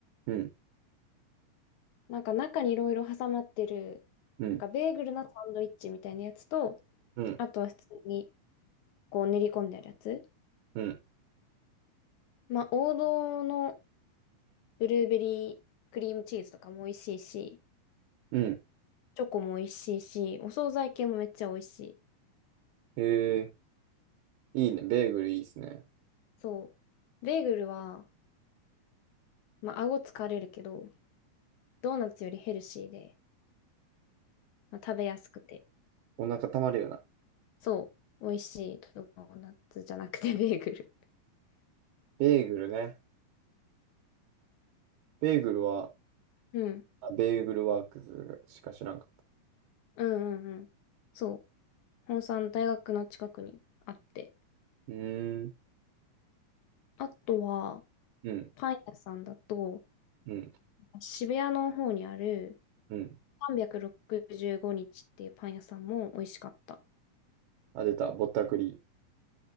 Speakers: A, on the right; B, on the left.
A: うん。
B: なんか中にいろいろ挟まってる、
A: うん。
B: なんかベーグルのサンドイッチみたいなやつと、
A: うん。
B: あとは普通にこう練り込んであるやつ。
A: うん。
B: まあ王道のブルーベリークリームチーズとかも美味しいし、
A: うん。
B: チョコも美味しいし、お惣菜系もめっちゃ美味しい。
A: へえ。いいね。ベーグルいいっすね。
B: そう。ベーグルは、まあ顎疲れるけど、ドーナツよりヘルシーで、まあ、食べやすくて、
A: お腹たまるよな。
B: そう、美味しいドーナツじゃなくてベーグル。
A: ベーグルね。ベーグルは、
B: うん。
A: あ、ベーグルワークズしか知らんかった。
B: うんうんうん。そう。本産大学の近くにあって。
A: うーん。
B: あとは、
A: うん。
B: パン屋さんだと、
A: うん。
B: 渋谷の方にある
A: うん。
B: 365日っていうパン屋さんも美味しかった。
A: あ、出た。ぼったくり。